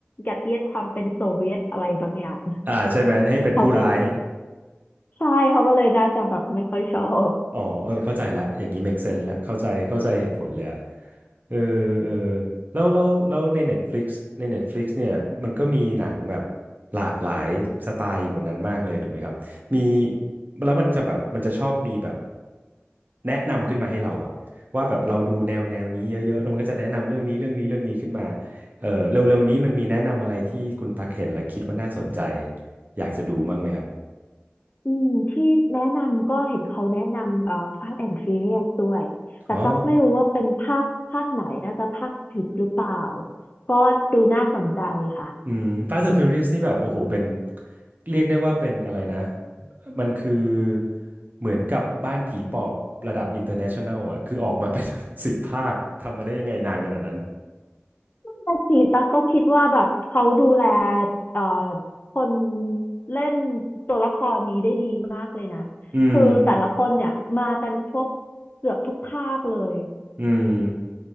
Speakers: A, on the left; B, on the right.
A: ยัดเยียดความเป็นโซเวียตอะไรบางอย่าง
B: อ่าใช่ไหมให้เป็นผู้ร้าย
A: เขาก็ใช่เขาก็เลยน่าจะแบบไม่ค่อยชอบ
B: อ๋อเออเข้าใจละอย่างนี้ make sense ละเข้าใจเข้าใจเหตุผลเลยอะเออเออแล้วแล้วแล้วใน Netflix ใน Netflix เนี่ยมันก็มีหนังแบบหลากหลายสไตล์อยู่บนนั้นมากเลยถูกไหมครับมีแล้วมันจะแบบมันจะชอบมีแบบแนะนำขึ้นมาให้เราอะว่าแบบเราดูแนวแนวนี้เยอะๆแล้วมันก็จะแนะนำเรื่องนี้เรื่องนี้เรื่องนี้ขึ้นมาเออเร็วๆนี้มันมีแนะนำอะไรที่คุณตักเห็นแล้วคิดว่าน่าสนใจ อยากจะดูบ้างไหมครับ
A: อืมที่แนะนำก็เห็นเขาแนะนำเอ่อ Fast and Furious ด้วยแต่ตั๊กไม่รู้ว่าเป็นภาคภาคไหนน่าจะภาคสิบหรือเปล่า
B: อ๋อ
A: ก็ดูน่าสนใจค่ะ
B: อืม Fast and Furious นี่แบบโอ้โหเป็นเรียกได้ว่าเป็นอะไรนะมันคือเหมือนกับบ้านผีปอบระดับ international อ่ะคือออกมาเป็น <laughs> สิบภาคทำมาได้ยังไงนานขนาดนั้น
A: ภาคสี่ตั๊กก็คิดว่าแบบเขาดูแลเอ่อคนเล่นตัวละครนี้ได้ดีมากเลยนะคือแต่ละคนเนี่ยมากันครบ
B: อืม
A: เกือบทุกภาคเลย
B: อืม